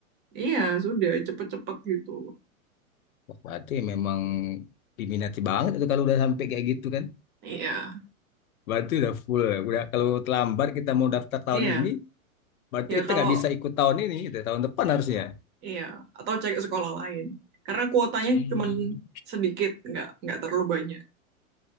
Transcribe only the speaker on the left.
Wah, berarti memang diminati banget itu kalau udah sampai kayak gitu kan.
Berarti udah full. ya. Udah kalau terlambat kita mau daftar tahun
ini, berarti
kita
nggak bisa ikut tahun ini, gitu. Tahun depan harusnya.
Hmm.